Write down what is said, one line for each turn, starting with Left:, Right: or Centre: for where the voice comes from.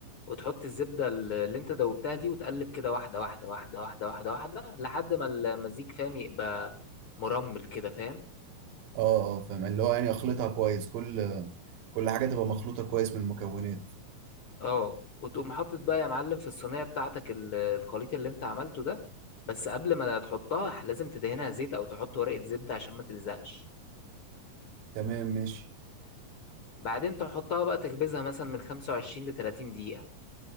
Left: وتحط الزبده ال- اللي انت دوبتها دي وتقلب كده واحده واحده واحده واحده واحده واحده لحد ما المزيج فاهم يبقى مرمل كده فاهم
Right: اه اه فاهم اللي هو يعني أخلطها كويس كل كل حاجة تبقى مخلوطة كويس من المكونات
Left: اه وتقوم حاطط بقى يا معلم في الصينيه بتاعتك ال- الخليط اللي انت عملته ده بس قبل ما تحطها ح- لازم تدهنها زيت او تحط ورقه زبده عشان ما تلزقش
Right: تمام ماشي
Left: بعدين تحطها بقى تخبزها مثلا من 25 ل 30 دقيقه